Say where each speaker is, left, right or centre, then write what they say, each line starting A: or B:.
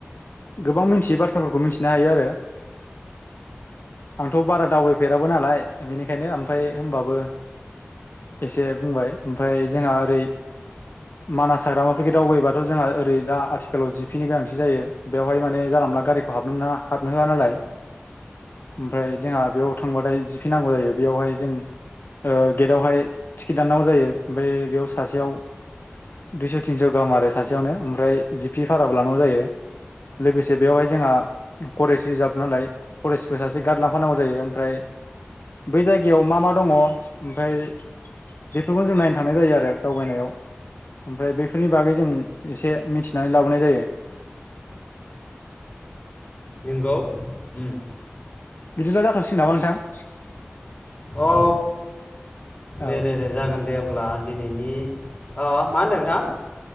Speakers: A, on the left; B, on the left.
A: गोबां मिनथियै बाथ्राफोरखौ मिनथिनो हायो आरो। आंथ' बारा दावबायफेराबो नालाय बेनिखायनो ओमफाय होमबाबो। एसे बुंबाय ओमफाय जोंहा ओरै मानास हाग्रामाफोरफोरखौ दावबायायोबाथ' जोंहा ओरै दा आथिखालाव जिपिनि गोनांथि जायो। बेवहाय माने जानला मोनला गारिखौ हाबनो मोना हाबनो होआ नालाय। ओमफाय जोंहा बेयाव थांबाथाय जि फि नांगौ जायो बेयावहाय जों ओ गेट आवहाय टिकेट दाननांगौ जायो ओमफाय बेयाव सासेयाव दुइस' थिनस' गाहाम आरो सासेयावनो ओमफ्राय जिपि भाराबो लानांगौ जायो। लोगोसे बेयावहाय जोंहा फरेस्ट रिजार्भ नालाय फरेस्टबो सा से गाटलांफानांगौ जायो ओमफ्राय बै जायगायाव मा मा दङ ओमफाय बेफोरखौनो जों नायनो थांनाय जायो आरो दावबायनायाव। ओमफ्राय बैफोरनि बागै जों एसे मिथिनानै लाबोनाय जायो।
B: नोंगौ उम।
A: बिदिब्ला जाथ'सिगोन नामा नोंथां?
B: औ
A: औ
B: दे दे दे। जागोन दे होमब्ला दिनैनि अ मा होनदों नोंथां?